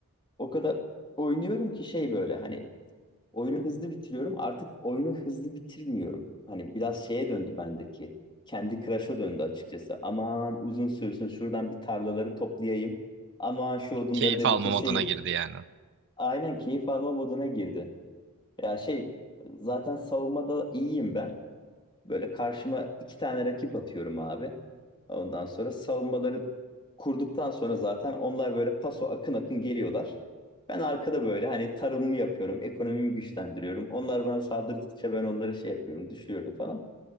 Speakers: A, on the left; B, on the right.
A: o kadar oynuyorum ki şey böyle hani Oyunu hızlı bitiriyorum. Artık oyunu hızlı bitirmiyorum. Hani biraz şeye döndü bendeki. Kendi Crush'a döndü açıkçası. Aman uzun sürsün şuradan bir tarlaları toplayayım. Aman şu odunları
B: Keyif
A: da
B: almam
A: bir keseyim.
B: adına girdi yani.
A: Aynen keyif alma moduna girdi. Ya şey zaten savunmada iyiyim ben. Böyle karşıma iki tane rakip atıyorum abi. Ondan sonra savunmaları kurduktan sonra zaten onlar böyle paso akın akın geliyorlar. Ben arkada böyle hani tarımımı yapıyorum, ekonomimi güçlendiriyorum. Onlar bana saldırdıkça ben onları şey yapıyorum, düşürüyorum falan.